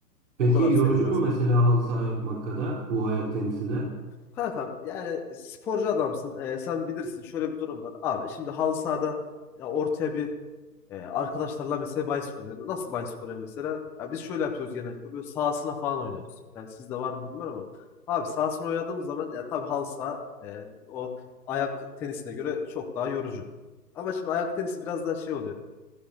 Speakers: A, on the right; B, in the centre.
A: Peki
B: O kadar söyleyeyim
A: yorucu
B: ben
A: mu
B: sana.
A: mesela halı saha yapmak kadar bu ayak tenisi de?
B: Kankam yani sporcu adamsın. Ee, sen bilirsin şöyle bir durum var. Abi şimdi halı sahada ya ortaya bir e, arkadaşlarla mesela bahis konuyor. Nasıl bahis konuyor mesela? Ya biz şöyle yapıyoruz genellikle. Böyle sahasına falan oynuyoruz. Yani sizde var mı bilmiyorum ama. Abi sahasına oynadığımız zaman ya tabii halı saha e, o ayak tenisine göre çok daha yorucu. Ama şimdi ayak tenisi biraz daha şey oluyor.